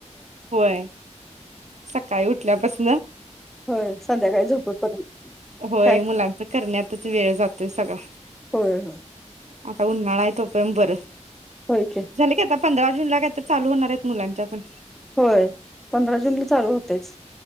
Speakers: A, on the right; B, in the centre.
A: होय, सकाळी उठल्यापासनं
B: होय संध्याकाळी झोपेपर्यंत.
A: होय
B: काय
A: मुलांच करण्यातच वेळ जातोय सगळा.
B: होय होय
A: आता उन्हाळा आहे तोपर्यंत बरं.
B: होय की.
A: झाले का आता पंधरा जूनला काय तर चालू होणार आहेत मुलांच्या पण.
B: होय, पंधरा जून ला चालू होतेच.